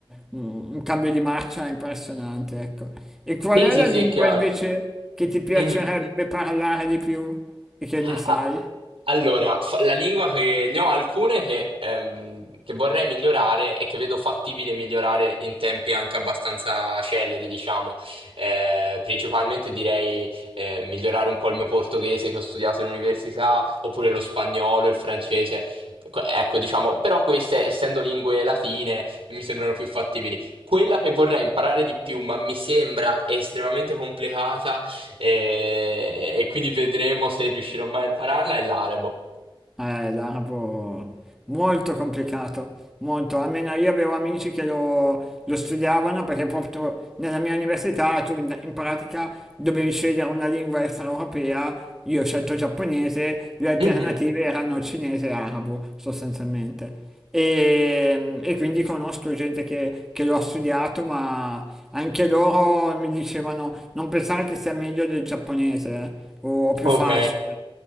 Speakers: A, in the centre; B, on the right.
A: un, un cambio di marcia impressionante, ecco. E qual
B: Sì,
A: è
B: sì,
A: la
B: sì,
A: lingua
B: chiaro.
A: invece che ti piacerebbe
B: Mhm.
A: parlare di più e che non
B: Ah,
A: sai?
B: Allora, fa- la lingua che ne ho alcune che, ehm, che vorrei migliorare e che vedo fattibile migliorare in tempi anche abbastanza celeri, diciamo. Eh, principalmente direi eh, migliorare un po' il mio portoghese che ho studiato in università, oppure lo spagnolo, il francese. Que- Ecco, diciamo, però queste, essendo lingue latine, mi sembrano più fattibili. Quella che vorrei imparare di più, ma mi sembra estremamente complicata e, e quindi vedremo se riuscirò mai a impararla, è l'arabo.
A: Eh, l'arabo molto complicato, molto. Almeno io avevo amici che lo, lo studiavano perché proprio nella mia università tu in, in pratica dovevi scegliere una lingua extraeuropea. Io ho scelto giapponese, le alternative
B: Mhm.
A: erano cinese e arabo sostanzialmente. E, e quindi conosco gente che, che lo ha studiato, ma anche loro mi dicevano non pensare che sia meglio del giapponese eh, o o più
B: Ok.
A: facile.